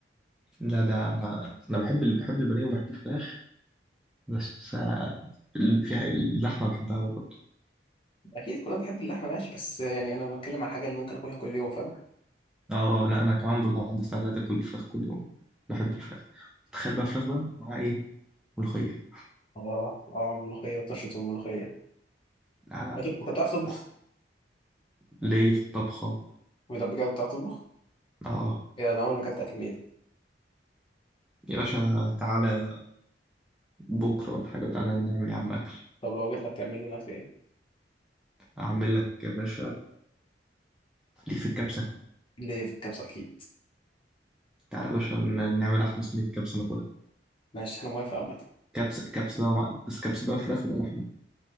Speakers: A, in the centre; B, on the left.
A: لا ده انا انا بحب ال... بحب البانيه وبحب الفراخ بس آه، ال- في اللحمه بحبها أوي برضه
B: اكيد كلنا بنحب اللحمه ماشي بس يعني انا بتكلم على الحاجه اللي ممكن اكلها كل يوم فاهم
A: اه لا انا كمان برضه عندي استعداد اكل الفراخ كل يوم بحب الفراخ تخيل بقى فراخ بقى مع ايه ملوخيه
B: اه اه ملوخيه وطشه الملوخيه
A: لا لا لا
B: أكيد. انت بتعرف تطبخ
A: بس ليا في الطبخه
B: بجد بجد بتعرف تطبخ
A: اه
B: ايه ده انا اول ما اكلت اكل من ايدك
A: يا باشا تعالى بكره ولا حاجه تعالى نعمل يا عم اكل
B: طب لو جيت لك تعمل لنا اكل ايه
A: اعمل لك يا باشا ليك في الكبسه
B: ليه في الكبسه اكيد
A: تعالى يا باشا ن- نعمل احلى صينيه كبسه ناكلها
B: ماشي انا موافق عامه
A: كبسه كبسه بقى مع... بس كبسه بقى فراخ ولا لحمه